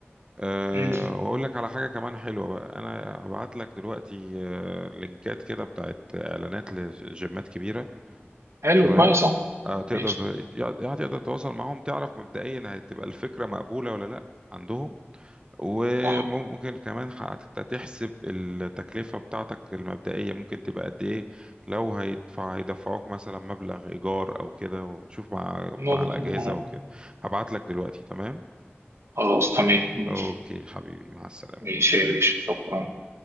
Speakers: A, on the right (about 20°); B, on the right (about 80°).
A: أه
B: مم.
A: واقول لك على حاجه كمان حلوه بقى انا هبعت لك دلوقتي أه لينكات كده بتاعت اعلانات لجيمات كبيره
B: حلو
A: تمام
B: كويس اهو
A: أه تقدر
B: ماشي
A: ت- يعني تقدر تتواصل معاهم تعرف مبدئيا هتبقى الفكره مقبوله ولا لا عندهم وممكن
B: صح
A: كمان حتى تحسب التكلفه بتاعتك المبدئيه ممكن تبقى قد ايه لو هيدفع هيدفعوك مثلا مبلغ ايجار او كده وتشوف مع
B: نقطة
A: مع الاجهزه
B: اهو
A: وكده هبعت لك دلوقتي تمام
B: خلاص تمام ماشي
A: اوكي حبيبي مع السلامه
B: ماشي يا باشا شكرا